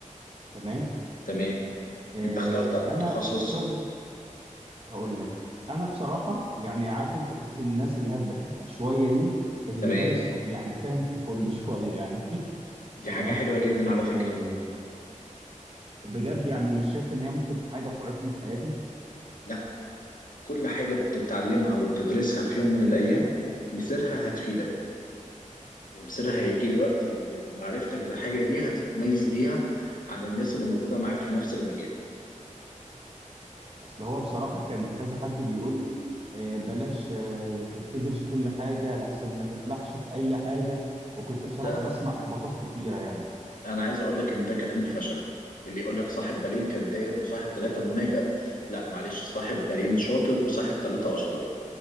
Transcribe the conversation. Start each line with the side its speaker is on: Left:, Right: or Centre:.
Right: تمام
Left: تمام
Right: آه،
Left: انت اخترت انه
Right: أنا
Left: تخصص
Right: شغل هقول لك أنا بصراحة يعني عارف أنت كنت من الناس اللي هي الدحيحة شوية دي اللي
Left: تمام
Right: دارس في يعني فاهم في كل <laughs> شوية يعني
Left: دي
Right: تمام
Left: حاجة حلوة جدا على فكرة
Right: آه، بجد يعني مش شايف إن هي ممكن حاجة تعيقني في حياتي
Left: لا كل حاجة بتتعلمها وبتدرسها في يوم من الايام مصيرها هتفيدك ومصيرها هيجي الوقت اللي معرفتك بالحاجة دي هتتميز بيها عن الناس اللي موجودة معاك في نفس المجال
Right: اصل هو بصراحه كان كذا حد بيقول لي آه، بلاش آه، تدرس كل حاجه لحسن ما تفلحش في اي حاجه وكنت بصراحه
Left: ده
Right: بسمع احباطات كتيره يعني
Left: انا عايز اقول لك ان ده كلام الفشله اللي يقول لك صاحب بالين كذاب وصاحب ثلاثة منافق لا معلش صاحب بالين شاطر وصاحب ثلاثة اشطر